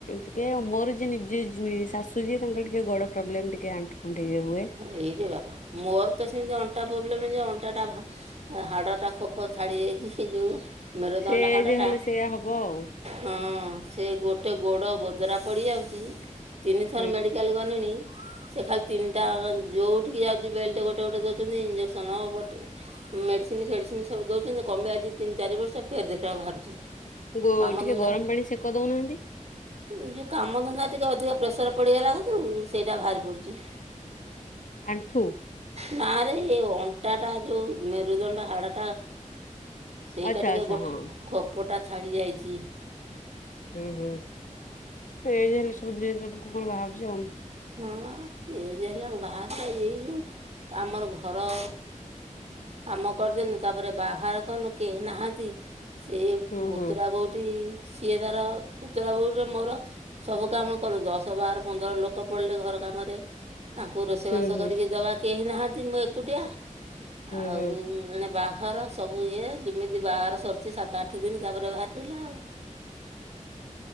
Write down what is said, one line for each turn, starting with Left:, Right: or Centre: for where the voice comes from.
Left: ଟିକେ। ଆ ମୋର ଯେ ଯିଏ ଶାଶୁ ଯିଏ ତାଙ୍କର ଟିକେ ଗଡ ପ୍ରୋବ୍ଲେମ ଟିକେ ଆଣ୍ଠୁ ଫଣ୍ଠି ଇଏ ହୁଏ।
Right: ଏଇ ଯେ ବାପା ମୋର ତ ସେମିତି ଅଣ୍ଟା ପ୍ରୋବ୍ଲେମ୍ ଯେ ଅଣ୍ଟାଟା ହାଡଟା ଖୋପ ଛାଡି ଯାଇଛି ସେ ଯୋଉ। ମେରୁଦଣ୍ଡ
Left: ସେ
Right: ହାଡଟା
Left: ଯେ ହେଲେ ସେଇଆ ହବ ଆଉ
Right: ହଁ। ସେ ଗୋଟେ ଗୋଡ ଗୋଦରା ପଡି ଯାଉଛି। ତିନି ଥର
Left: ହୁଁ।
Right: ମେଡିକାଲ ଗଲିଣି। ସେ ଖାଲି ତିନିଟା ଯୋଉଠିକି ଯାଉଛି ବେଲ୍ଟ ଗୋଟେ ଗୋଟେ ଦେଉଛନ୍ତି। ଇଞ୍ଜେକ୍ସନ ବଟିକା ମେଡିସିନ ଫେଡିସିନ ସବୁ ଦଉଛନ୍ତି। କମେ ଆଜି ତିନି ଚାରି ବର୍ଷ ଫେରେ ଦେଖିଲ ବାହାରୁଛି।
Left: ଗୋ
Right: କାମଧନ୍ଦା
Left: ଟିକେ ଗରମ ପାଣି ସେକ ଦଉନାହାନ୍ତି।
Right: ଏଇ ଯେଉଁ କାମ ଧନ୍ଦା ଟିକି ଅଧିକ ପ୍ରେସର ପଡିଗଲା କଥିରୁ ସେଇଟା ବାହାରି ପଡୁଛି।
Left: ଆଣ୍ଠୁ।
Right: ନା ରେ ଏ ଅଣ୍ଟାଟା ଯୋଉ ମେରୁଦଣ୍ଡ ହାଡଟା ସେଇଟା
Left: ଆଚ୍ଛା
Right: ଟିକେ
Left: ଆଚ୍ଛା
Right: ଗୋଟ
Left: ହଁ
Right: ଖୋପଟା ଛାଡି ଯାଇଛି।
Left: ହୁଁ ହୁଁ ଏଇଯ ହେଲେ ସବୁ ଧୀରେ ଧୀରେ ଲୋକ କଣ ବାହାରୁଛି ଆଉ।
Right: ହଁ। ଇଏ ଯେ ହେଲା ବାହାରିଲା। ଏଇ ଯୋଉ ଆମର ଘର କାମ କରିଦେନୁ। ତାପରେ ବାହାର କନୁ କେହି ନାହାନ୍ତି। ସେ
Left: ହୁଁ
Right: ବୁତୁରା
Left: ହୁଁ
Right: ବୋଉଠି ସିଏ ତାର ପୁତୁରା ବୋଉ ବି ମୋର ସବୁ କାମ କଲୁ। ଦଶ ବାର ପନ୍ଦର ଲୋକ ଲୋକ ପଡିଲେ ଘର କାମରେ। ତାଙ୍କୁ ରୋଷେଇ
Left: ହୁଁ
Right: ବାସ
Left: ହୁଁ
Right: କରିକି ଦେବା କେହି ନାହାନ୍ତି। ମୁଁ ଏକୁଟିଆ।
Left: ହୁଁ
Right: ଆଉ
Left: ହୁଁ
Right: ଏଣେ ବାଘର। ସବୁ ଇଏ ଯେମିତି ବାହାର ସରିଛି। ସାତ ଆଠ ଦିନ ତାପରେ ବାହାର ପଡିଲା ଆଉ।